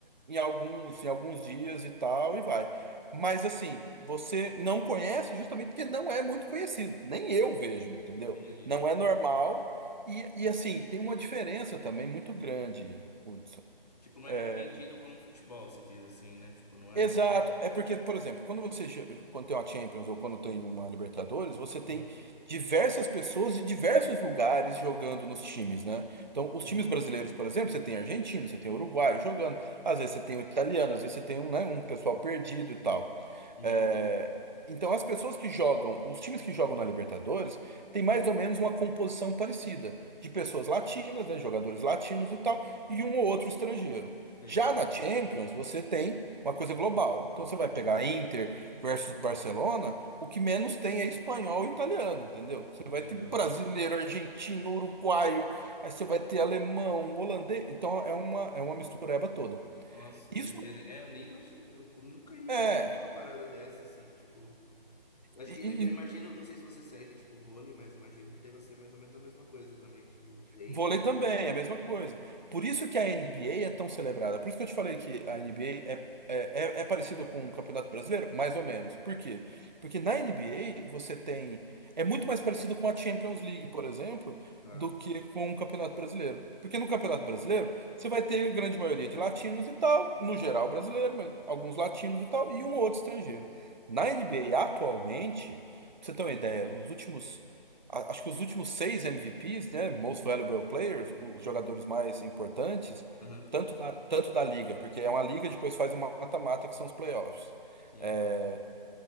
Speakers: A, on the right (about 50°); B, on the left (about 40°).
A: em alguns, em alguns dias e tal, e vai. Mas assim, você não conhece justamente porque não é muito conhecido. Nem eu vejo, entendeu?
B: Entendi.
A: Não é normal. E, e assim, tem uma diferença também muito grande, Hudson.
B: Tipo, não
A: É,
B: é tão vendido como futebol, se diz assim, né? Tipo, não
A: Exato.
B: é.
A: É porque, por exemplo, quando você che- quando tem uma Champions ou quando tem uma Libertadores, você tem
B: Uhum,
A: diversas pessoas de diversos lugares jogando nos times, né? Então, os
B: uhum,
A: times brasileiros, por exemplo, você tem argentino, você tem uruguaio jogando, às vezes você tem o italiano, às vezes você tem um, né, um pessoal perdido e tal.
B: uhum.
A: É, Então, as pessoas que jogam, os times que jogam na Libertadores, tem mais ou menos uma composição parecida de pessoas latinas, né, jogadores latinos e tal, e um ou outro estrangeiro.
B: Sei,
A: Já na Champions, você tem uma coisa global. Então você vai pegar Inter versus Barcelona, o que menos tem é espanhol e italiano, entendeu? Você vai
B: entendeu?
A: ter brasileiro, argentino, uruguaio, aí você vai ter alemão, holandês. Então é uma, é uma mistureba toda.
B: Nossa,
A: Isso
B: doideira. É, eu nem imaginei, eu nunca ia
A: é.
B: imaginar uma parada dessa, assim, tipo. Acho
A: E,
B: que eu imagino, não sei se você segue, tipo, vôlei, mas imagino que deva ser mais ou menos a mesma coisa também. Tipo, tem.
A: Vôlei também,
B: vai ter
A: é
B: concurso.
A: a mesma coisa. Por isso que a NBA é tão celebrada. Por isso que eu te falei que a NBA é, é, é, é parecida com o Campeonato Brasileiro? Mais ou menos. Por quê? Porque na NBA você tem. É muito mais parecido com a Champions League, por exemplo,
B: Tá,
A: do que com o Campeonato Brasileiro. Porque no Campeonato Brasileiro você vai ter a grande maioria de latinos e tal, no geral brasileiro, mas alguns latinos e tal, e um ou outro estrangeiro. Na
B: pode
A: NBA
B: crer.
A: atualmente, pra você ter uma ideia, os últimos a- acho que os últimos seis MVPs, né, Most Valuable Players, os
B: Uhum,
A: jogadores mais importantes,
B: uhum,
A: tanto da, tanto da liga, porque é uma liga, depois faz uma mata-mata, que são os playoffs.
B: sim,
A: É,